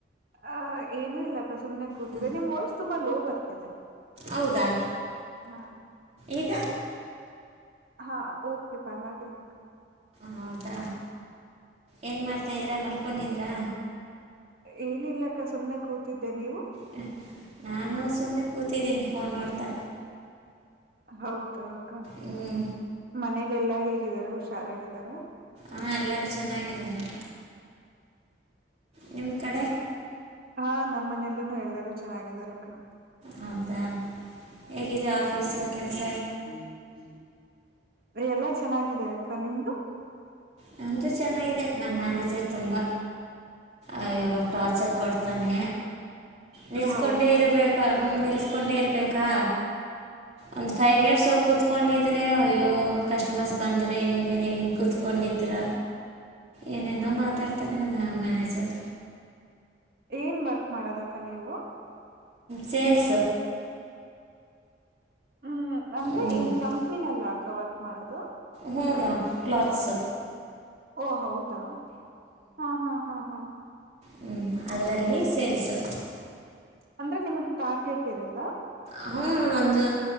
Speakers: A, on the right; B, on the right.
A: ಆ ಏನುೂ ಇಲ್ಲಕ್ಕ ಸುಮ್ನೆ ಕೂತಿದೆ
B: ಹ್ಞೂ
A: ನಿಮ್ ವಾಯ್ಸ್ ತುಂಬಾ ಲೋ ಬರ್ತಿದೆ
B: ಹೌದಾ
A: ಹಾ
B: ಈಗ
A: ಹಾ ಓಕೆ ಪರವಾಗಿಲ್ಲಕ
B: ಹೌದಾ ಏನು ಮಾಡ್ತಾದ್ದೀರಾ ಮಲ್ಕೊಂಡಿದೀರಾ
A: ಏನಿಲ್ಲ ಅಕ್ಕ ಸುಮ್ನೆ ಕೂತಿದ್ದೆ ನೀವು
B: ಹ್ಞೂ ನಾನು ಸುಮ್ಮನೆ ಕೂತಿದ್ದೀನಿ ಫೋನ್ ನೋಡ್ತಾ
A: ಹೌದಾ ಅಕ್ಕ
B: ಹ್ಞೂ
A: ಮನೇಲೆಲ್ಲಾ ಹೇಗಿದಾರ ಹುಷಾರಾಗಿದ್ದಾರ
B: ಹಾ ಎಲ್ಲರೂ ಚೆನ್ನಾಗಿದ್ದಾರೆ ನಿಮ ಕಡೆ
A: ಹಾ ನಮ್ಮ್ ಮನೇಲ್ಲೂ ಎಲ್ಲರೂ ಚೆನ್ನಾಗಿದಾರಕ್ಕ
B: ಹೌದಾ ಹೇಗಿದೆ ಆಫೀಸ್ ಕೆಲಸ
A: ಹ್ಮ ಎಲ್ಲ ಚೆನ್ನಾಗಿದೆ ಅಕ್ಕ ನಿಮ್ದು
B: ನಮ್ಮದು ಚೆನ್ನಾಗಿದೆ ನಮ್ಮ ಮ್ಯಾನೇಜ್ರ ತುಂಬ ಅಯ್ಯೋ ಟಾರ್ಚರ್ ಕೊಡ್ತಾನೆ ನಿಲ್ಸ್ಕೊಂಡೇ
A: ಹೌದಾ
B: ಇರ್ಬೇಕಾ ಹ್ಞೂ ನಿಲ್ಸ್ಕೊಂಡೇ ಇರ್ಬೇಕಾ ಒಂದ್ ಫೈವ್ ಮಿನಿಟ್ಸ್ ಹೋಗಿ ಕುೂತ್ಕೊಂಡಿದ್ರೆ ಅಯ್ಯೋ ಕಸ್ಟಮರ್ಸ್ ಬಂದರೆ ಹಂಗೆ ನೀವು ಹಿಂಗೆ ಕೂತ್ಕೊಂಡಿದ್ದರ ಏನೆನೋ ಮಾತಾಡ್ತಾನ ನಮ್ಮ ಮ್ಯನೇಜರ್
A: ಏನ್ ವರ್ಕ್ ಮಾಡದಕ್ಕ ನೀವು
B: ಸೇಲ್ಸ್
A: ಹ್ಮ್ ಅಂದ್ರೆ
B: ಹ್ಞೂ
A: ಏನ್ ಕಂಪನಿನಲ್ಲ ಅಕ್ಕ ವರ್ಕ್ ಮಾಡೋದು
B: ಹೂ ರಾ ಕ್ಲಾತ್ಸ್
A: ಓ ಹೌದಾ ಹಾ ಹಾ ಹಾ ಹಾ
B: ಹ್ಮ್ ಅದರಲ್ಲಿ ಸೇಲ್ಸು
A: ಅಂದ್ರೆ ನಿಮಗ್ ಟಾರ್ಗೆಟ್ ಇರುತ್ತಾ
B: ಅವನು ಒಂದು